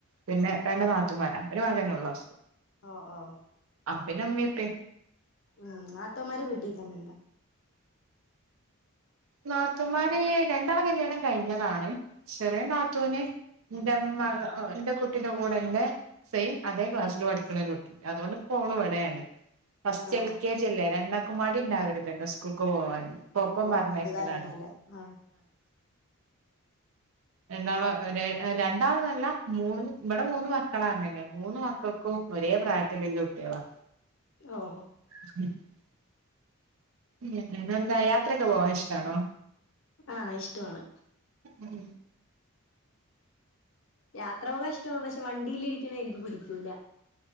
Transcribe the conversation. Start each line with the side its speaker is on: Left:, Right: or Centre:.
Right: പിന്നെ രണ്ടു നാത്തൂന്മാരാ ഒരു മകനോയുള്ളോ
Left: ആ ആ
Right: പിന്നെ ഉമ്മേം ഉപ്പേം
Left: ഉം നാത്തൂൻമാര് വീട്ടിനിക്കുന്നൊണ്ടാ
Right: നാത്തുന്മാര് രണ്ടാള് കല്യാണം കഴിഞ്ഞതാണ് ചെറിയനാത്തൂന് എന്റെമ്മക എന്റെ കുട്ട് കുട്ടീന്റ്റെ കൂടെയുണ്ട് സെയിം അതെ ക്ലാസ്സിൽ പഠിക്കണ ഒരു കുട്ടി അതുകൊണ്ടിപ്പോള് ഇവിടെയാണ് ഫസ്റ്റ്
Left: ഓ
Right: എൽ കെ ജി യല്ലേ രണ്ടാക്കും മടിയുണ്ടാവരുതല്ലോ സ്കൂക്ക് പോവാന് ഇപ്പൊ ഒപ്പം
Left: ഓ
Right: പറഞ്ഞേക്കലാണ്
Left: അതുകാരണം അല്ലേ ആ
Right: രണ്ടാളോ രെ രണ്ടാളെന്നല്ല മൂന്ന് ഇവിടെ മൂന്നുമക്കളാണല്ലേ മൂന്നുമക്കൾ ക്കും ഒരേ പ്രായത്തിലുള്ള കുട്ടികളാ
Left: ഓ
Right: <unintelligible> ഉം പിന്നെന്താ യാത്രൊക്കെ പോവാൻ ഇഷ്ടാണോ
Left: ആ ഇഷ്ടമാണ്
Right: ഉം
Left: യാത്ര പോകാൻ ഇഷ്ടമാണ്, പക്ഷെ വണ്ടിയിലിരിക്കുന്ന എനിക്ക് പിടിക്കൂല.